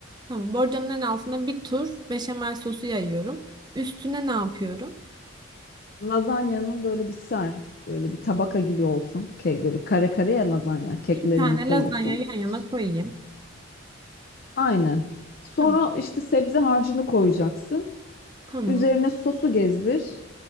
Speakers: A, on the right; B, on the left.
A: tamam. Borcamın en altına bir tur beşamel sosu yayıyorum. Üstüne ne yapıyorum?
B: Lazanyanın böyle bir ser, böyle bir tabaka gibi olsun. Kek böyle kare kare ya lazanya. Keklerini
A: İki tane
B: koyuyorsun.
A: lazanya yan yana
B: S-
A: koyayım.
B: Aynen. Sonra
A: Tamam.
B: işte sebze harcını koyacaksın.
A: Tamam.
B: Üzerine sosu gezdir.